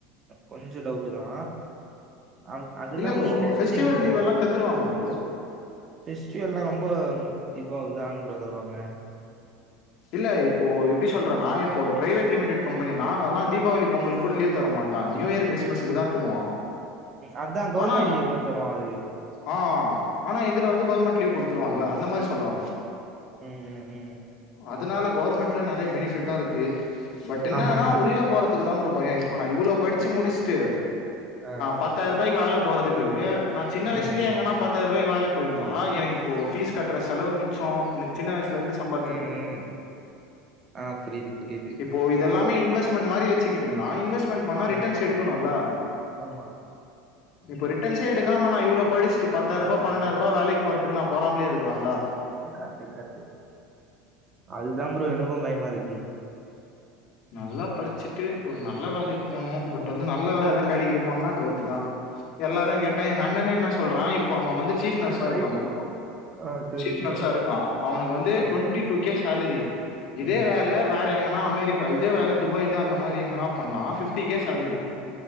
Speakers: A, on the right; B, on the left.
A: கொஞ்சோ டவுட்டு தா அம் அதெல்லாம்
B: இல்ல ப்ரோ
A: நீங்ளே எடுத்துப்பீங்க
B: ஃபெஸ்டிவல்
A: ப்ரோ
B: லீவ் எல்லா தந்துருவாங்க ப்ரோ
A: பெஸ்டிவல்லா ரொம்ப இதுவாதா ப்ரோ தருவாங்க
B: இல்ல இப்போ எப்டி சொல்றேன்னா இப்போ ஒரு பிரைவேட் லிமிட்டட் கம்பெனி நாங்கல்லா தீபாவளி பொங்கலுக்கு கூட லீவ் தரமாட் டா நியூர் கிர்ஸ்மஸ்க்கு தா தருவா
A: அதா கவுர்மெண்ட்
B: ஆனா
A: லீவு தா தருவா அதுக்கு
B: ஆ ஆனா இதுல வந்து கவர்மெண்ட் லீவ் குடுத்துருவான்ல அந்த மாரி சொல்ல வாரே
A: ம் ம் ம்
B: அதுனால கவுவர்மெண்ட்ல நெறைய பெனிஃபிட்டா இருக்கு பட் என்னன்னா
A: ஆமா ஆமா
B: உள்ள போறதுக் துக்கு தா ப்ரோ பயம் இப்ப நா இவ்ளோ படிச்சு முடிச்சுட்டு
A: ஆ
B: பத்தாயிரம் ரூபாய்க்கு வேல போறதுக்கு நா சின்ன வயசுலயே
A: ம் ம்
B: எங்கனா பத் பத்தாயிரூபாய்க்கு வேல போயிருந்தா எனக்கு இப்போ பீஸ் கட்டுற செலவு மிச்ச எனக்கு சின்ன வயசலிருந்து சம்ப
A: ம் ம் ஆ புரிது புரிது
B: இப்போ இதெல்லாமே இன்வெஸ்ட்மெண்ட் மாரி வச்சுக்கிட்டீங்கன்னா இன்வெஸ்ட்மெண்ட் பண்ணா ரிட்டன்ஸ்
A: ம்
B: எடுக்கணுல்ல
A: ஆமா
B: இப்ப ரிட்டன்ஸே எடுக்காம நா இவ்ளோ படிச்சிட்டு பத்தாயிர்பா
A: ஆ
B: பன்னன்டாயிர்பா
A: ஆ
B: வேலைக்கு போறத்துக்கு நா போறாமலே இருக்கிறாலா
A: கர்ட்டு கர்ட்டு அதுதா ப்ரோ எனக்கு பயமா இருக்கு
B: நல்லா படிச்சிட்டு ஒரு நல்ல வேலைக்கு போனு பட் வந்து நல்ல வேல கெடைக்குமனா டவுட்தா எல்லாரு கேட்டா எங்க அண்ணனே என்னா சொல்றா இப்போ அவ வந்து சீப் நர்ஸா
A: ட்ரை
B: இருக்கா
A: பண்லா
B: ப்ரோ
A: ஆ சரி
B: சீப்
A: ப்ரோ
B: நர்ஸா இருக்கா அவனுக்கு வந்து
A: ஆ
B: டுவெண்ட்டி டூ கே சேலரி இதே
A: ம்
B: வேல வேற எங்கனா அமெரிக் கா இதே வேல துபாயில அந்த மாரி எங்கனா பண்ணா பிப்டி கே சேலரி
A: ம்.